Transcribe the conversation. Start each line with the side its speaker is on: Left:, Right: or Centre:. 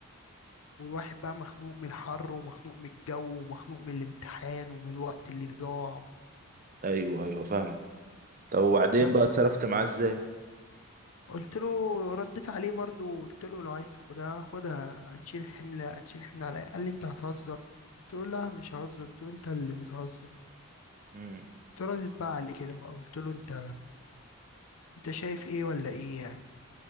Left: والواحد بقى مخنوق من الحر ومخنوق من الجو ومخنوق من الامتحان ومن الوقت اللي ضاع
Right: ايوه ايوه فاهمك طب وبعدين
Left: بس
Right: بقى اتصرفت معاه ازاي
Left: قلت له رديت عليه برضو قلت له لو عايز تاخدها خدها هتشيل حملة هتشيل حملة عليا قال لي انت هتهزر قلت له لا مش ههزر قلت له انت اللي بتهزر
Right: امم
Left: قلت له رديت بقى عليه كده بقى قلت له انت انت شايف ايه ولا ايه يعني